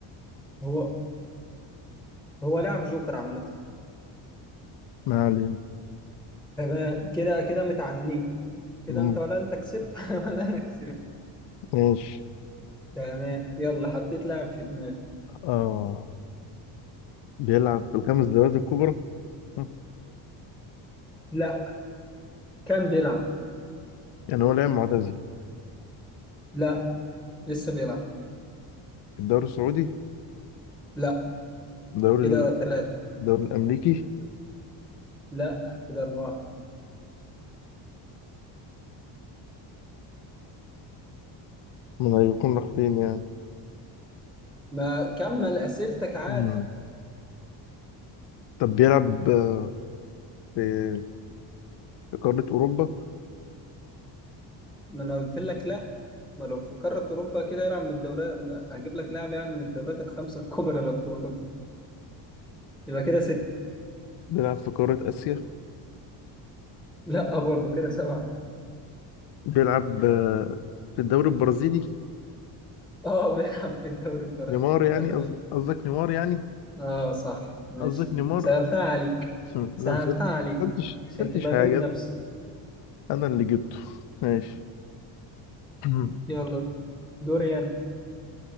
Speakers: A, in the centre; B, on the left.
A: هو هو لاعب جوكر عامة
B: ما علينا
A: تمام كده كده متعادلين كده
B: أمم،
A: انت ولا انت كسبت <laughs> ولا انا كسبت
B: ماشي
A: تمام يلا حطيت لاعب في دماغي
B: اه بيلعب في الخمس دوريات الكبرى مم.
A: لا كان بيلعب
B: يعني هو لاعب معتزل
A: لا لسه بيلعب
B: الدوري السعودي
A: لا
B: الدوري
A: كده
B: ال-
A: ثلاثة
B: الدوري الأمريكي
A: لا كده أربعة
B: من هيكون راح فين يعني
A: ما كمل أسئلتك عادي
B: مم. طب بيلعب آه، في في قارة أوروبا
A: ما أنا قلت لك لا ما لو في قارة أوروبا كده يلعب من الدوريات ما- هجيب لك لاعب يعني من الدوريات الخمسة الكبرى لو في أوروبا يبقى كده ستة
B: بيلعب في قارة آسيا
A: لا برضه كده سبعة
B: بيلعب آه، في الدوري البرازيلي
A: اه بيلعب في الدوري البرازيلي
B: نيمار
A: كده
B: يعني
A: ثمانية
B: قصد- قصدك نيمار يعني
A: اه صح ماشي
B: قصدك نيمار
A: سهلتها عليك
B: مم.
A: سهلتها
B: لا ما سأل-
A: عليك
B: سألتش
A: عشان
B: سألتش
A: تبقى
B: حاجة
A: في منافسة
B: أنا اللي جبته ماشي <clears throat>
A: يلا دوري أنا